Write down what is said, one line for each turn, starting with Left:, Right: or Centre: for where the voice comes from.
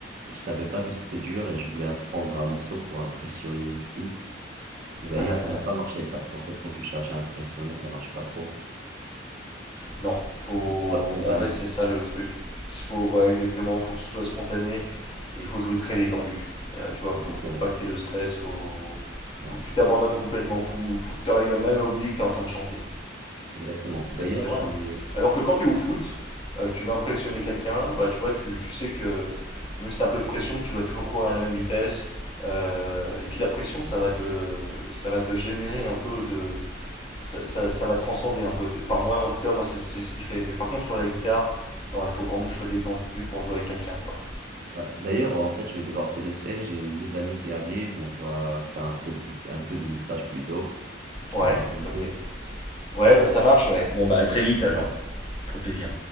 Right: je savais pas que c'était dur et je voulais apprendre un morceau pour impressionner une fille. Et d'ailleurs,
Left: <laughs>
Right: ça n'a pas marché parce qu'en fait, quand tu cherches à impressionner, ça marche pas trop.
Left: non, faut.
Right: Il faut que ce soit spontané.
Left: En fait, c'est ça le truc. Faut... Ouais, exactement, faut que ce soit spontané et il faut jouer très détendu. Euh, tu vois, faut,
Right: Exactement.
Left: faut pas que t'aies le stress, faut,
Right: Ouais,
Left: faut que tu t'abandonnes complètement, faut, faut que tu arrives même à oublier que t'es en train de chanter.
Right: exactement. D'ailleurs,
Left: C'est vrai.
Right: j'ai.
Left: hein. Alors que quand tu es au foot, euh, que tu veux impressionner quelqu'un, bah, tu vois, tu, tu sais que même si tu as un peu de pression, tu vas toujours courir à la même vitesse. Euh, et puis la pression, ça va te, ça va te générer un peu de. Ça, ça- ça va te transcender un peu. Enfin, moi, en tout cas, moi, c'est c'est ce qui fait. Mais par contre, sur la guitare, non, il faut vraiment que je sois détendu pour jouer avec quelqu'un, quoi.
Right: Ouais. D'ailleurs, en fait, je vais devoir te laisser. J'ai mes amis qui arrivent. On va faire un peu de, gui- un peu de mixage plus tôt. Je
Left: Ouais,
Right: te dis à bientôt.
Left: ok. Ouais, bah ça marche, ouais. Bon, bah à très vite alors. Pour plaisir.